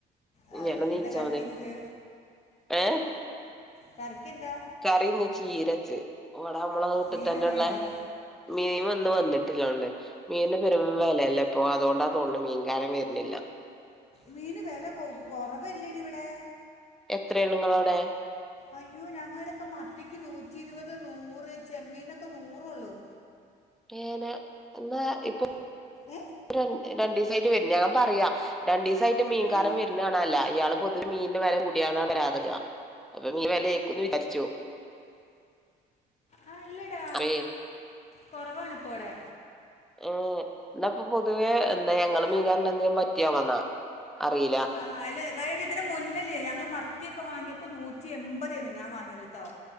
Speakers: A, on the left (about 40°); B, in the centre.
A: ആ,
B: ഞ്ഞങ്ങട്ട് നീച്ചാ
A: എന്താ കറക്കി
B: മതി
A: എന്നിട്ട്
B: ഏഹ്
A: കറിക്കെന്താ?
B: കറി ഇന്ന് ചീരച്ച് ഇവ്ടമ്മെളെ വീട്ട്തന്നെള്ളേ
A: മീനൊന്നും ഉണ്ടോ
B: മീൻ ഇന്ന് വന്നിട്ടില്ലോണ്ണ് മീന് പെരും വെലല്ലപ്പൊ അതോണ്ട തോ ന്ന്ണ് മീകാരൻ വെര്നില്ല
A: മീന് വെല കൊ കൊറവല്ലടിവടെ?
B: എത്രെണ്ങ്ങെളവ്ടെ?
A: അയ്യോ ഞങ്ങടൊക്കെ മത്തിക്ക് നൂറ്റിരുപത്, നൂറ്, ചെമ്മീനൊക്കെ നൂറൊള്ളൂ
B: ഏഹേ ന ഇന്നാ ഇപ്പൊ
A: ഏ
B: രണ്ട് രണ്ടീസായിട്ട് വര്ണ് ഞാ പറയാ രണ്ടീസായിട്ട് മീകാരം
A: ആ,
B: വെര്നാണാല്ല അയാള് പൊതുവെ മീനിന് വെല കൂടിയാലാണ് വരാതെ വെരാ അപ്പൊ മീന് വെലേക്കുന്ന് വിചാരിച്ചു
A: ആഹ് അല്ലെടാ
B: അപ്പേ
A: കൊറവാണ്പ്പൊവടെ
B: ഏഹേ ഇന്നപ്പൊ പൊതുവെ എന്താ ഞങ്ങളെ
A: ആ,
B: മീൻകാരന് എന്തേം പറ്റിയാവെന്നാ അറീല
A: ആഹ് അല്ലേ കഴിഞ്ഞ ഇതിന് മുന്നല്ലേ ഞങ്ങള് മത്തിയൊക്കെ വാങ്ങിയപ്പോ നൂറ്റി എമ്പതേനു ഞാൻ വാങ്ങിയത്ട്ടോ